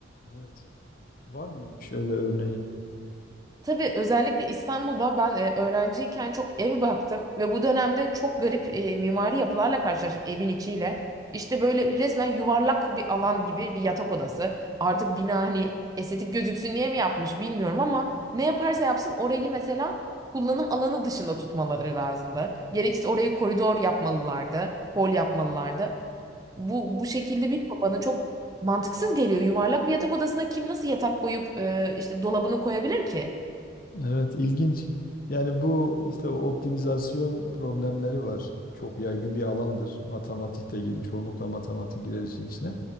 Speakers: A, on the left; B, on the right.
A: Evet. Var mıymış öyle? örneği.
B: Tabii özellikle İstanbul'da ben e, öğrenciyken çok ev baktım ve bu dönemde çok garip e, mimari yapılarla karşılaştım evin içiyle. İşte böyle resmen yuvarlak bir alan gibi bir yatak odası. Artık bina hani estetik gözüksün diye mi yapmış bilmiyorum ama ne yaparsa yapsın orayı mesela kullanım alanı dışında tutmaları lazımdı. Gerekirse orayı koridor yapmalılardı, hol yapmalılardı. Bu bu şekilde bir bana çok mantıksız geliyor. Yuvarlak bir yatak odasına kim nasıl yatak koyup e, işte dolabını koyabilir ki?
A: Evet, ilginç. Yani bu işte o optimizasyon problemleri var. Çok yaygın bir alandır. Matematik de gir- çoğunlukla matematik girer işin içine.